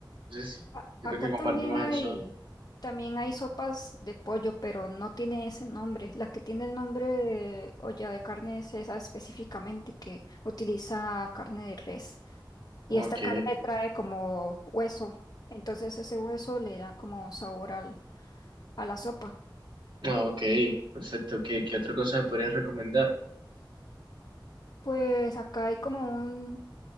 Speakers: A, on the right (about 80°); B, on the left (about 50°).
A: Entonces,
B: A-
A: creo
B: acá
A: que
B: también
A: compartimos
B: hay,
A: eso.
B: también hay sopas de pollo, pero no tiene ese nombre. La que tiene el nombre de olla de carne es esa específicamente que utiliza carne de res. Y
A: Ok,
B: esta carne trae como hueso, entonces ese hueso le da como sabor al, a la sopa.
A: ah, ok, perfecto. ¿Qué, qué otra cosa me podrías recomendar?
B: Pues acá hay como un,